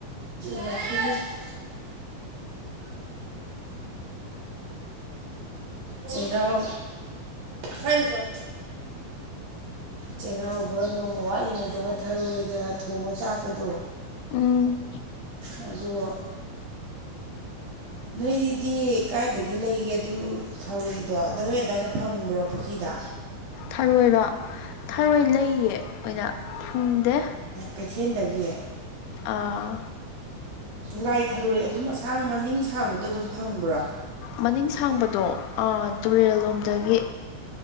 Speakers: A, on the right; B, on the left.
A: <inaudible> ꯆꯦꯔꯥꯎ ꯄꯥꯏꯅꯨ ꯆꯣ ꯆꯩꯔꯥꯎꯕ ꯅꯣꯡꯃ ꯋꯥꯠꯂꯤꯉꯩꯗꯕ ꯊꯔꯣꯏꯒ ꯊꯣꯡꯉ ꯆꯥꯕꯗꯣ
B: ꯎꯝ
A: ꯑꯗꯣ ꯅꯣꯏꯗꯤ ꯀꯥꯏꯗꯒꯤ ꯂꯩꯒꯦ ꯑꯗꯨ ꯊꯔꯣꯏꯗꯣ ꯑꯗꯣ ꯅꯣꯏ ꯑꯗ꯭ꯋꯥꯏꯗ ꯐꯪꯕ꯭ꯔꯣ ꯄꯨꯈꯤꯗ
B: ꯊꯔꯣꯏꯔꯣ ꯊꯔꯣꯏ ꯂꯩꯌꯦ ꯑꯣꯏꯅ ꯐꯪꯗꯦ
A: ꯀꯩꯊꯦꯟꯗꯒꯤ
B: ꯑꯥ
A: ꯂꯥꯏ ꯊꯔꯣꯏ ꯑꯗꯨꯝ ꯑꯁꯥꯡ ꯃꯅꯤꯡ ꯁꯥꯡꯕꯗꯣ ꯑꯗꯨꯝ ꯐꯪꯕ꯭ꯔꯣ
B: ꯃꯅꯤꯡ ꯁꯥꯡꯕꯗꯣ ꯑ ꯇꯨꯔꯦꯜꯂꯣꯝꯗꯒꯤ